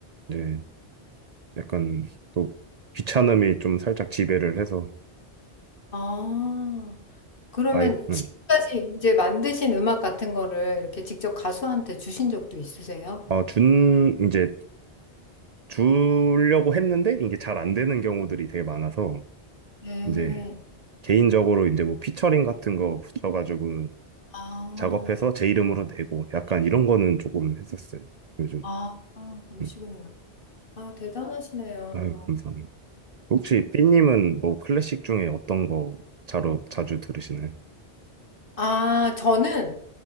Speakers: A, on the right; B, on the left.
A: 이제 약간 또 귀찮음이 좀 살짝 지배를 해서
B: 아. 그러면
A: 아이 음.
B: 지금까지 이제 만드신 음악 같은 거를 이렇게 직접 가수한테 주신 적도 있으세요?
A: 아, 준 이제 주려고 했는데 이게 잘 안 되는 경우들이 되게 많아서
B: 네.
A: 이제 개인적으로 이제 뭐 피처링 같은 거 붙여가지고
B: 아,
A: 작업해서 제 이름으로 내고 약간 이런 거는 조금 했었어요 요즘
B: 아, 아, 그러시군요.
A: 음.
B: 아, 대단하시네요.
A: 아유 감사합니다 혹시 삐님은 뭐 클래식 중에 어떤 거 자로 자주 들으시나요?
B: 아, 저는